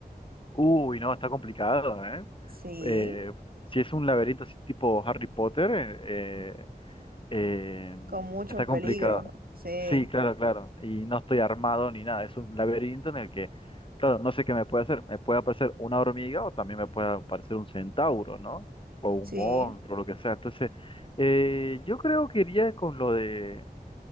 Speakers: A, on the left (about 35°); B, on the right (about 65°).
A: Uy, no, está complicado, ¿eh?
B: Sí,
A: Eh, si es un laberinto así tipo Harry Potter, eh, eh,
B: con muchos
A: está
B: peligros.
A: complicado.
B: Sí,
A: Sí, claro, claro. Y no estoy armado ni nada. Es un laberinto en el que, claro, no sé qué me puede hacer. Me puede aparecer una hormiga o también me puede aparecer un centauro, ¿no? O un
B: sí.
A: monstruo, lo que sea. Entonces, eh, yo creo que iría con lo de,